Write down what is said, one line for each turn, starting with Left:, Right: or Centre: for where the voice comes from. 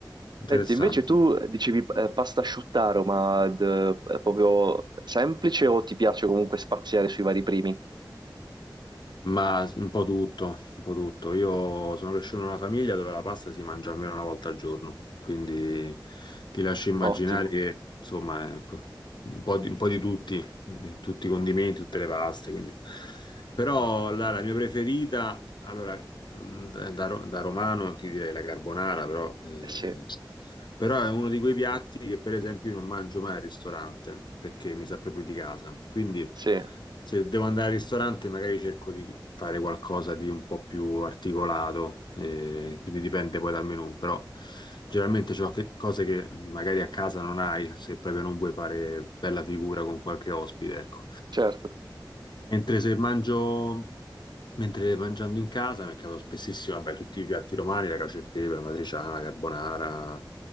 Left: Interessante.
Right: Senti, invece tu dicevi eh, pasta asciuttaro, ma d- eh, proprio semplice o ti piace comunque spaziare sui vari primi?
Left: Ma un po' tutto, un po' tutto. Io sono cresciuto in una famiglia dove la pasta si mangia almeno una volta al giorno, quindi ti lascio immaginare
Right: Ottimo,
Left: che, insomma, è un po' di, un po' di tutti, tutti i condimenti, tutte le paste. quindi. Però la, la mia preferita, allora, mh, da, da ro- da romano ti direi la carbonara, però, eh,
Right: eh sì,
Left: però è uno di quei piatti che, per esempio, io non mangio mai al ristorante perché mi sa proprio di casa. Quindi
Right: sì,
Left: se devo andare al ristorante, magari cerco di fare qualcosa di un po' più articolato, eh, quindi dipende poi dal menù, però generalmente c'ho che- cose che magari a casa non hai, se proprio non vuoi fare bella figura con qualche ospite, ecco.
Right: certo,
Left: Mentre se mangio Mentre mangiando in casa mi capitava spessissimo, vabbè, tutti i piatti romani, la cacio e pepe, la matriciana, la carbonara,